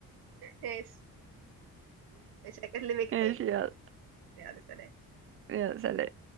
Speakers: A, on the right; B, on the right.
A: ماشي مش هكلمك
B: <laughs> ماشي
A: تاني
B: يلا
A: يلا سلام
B: يلا سلام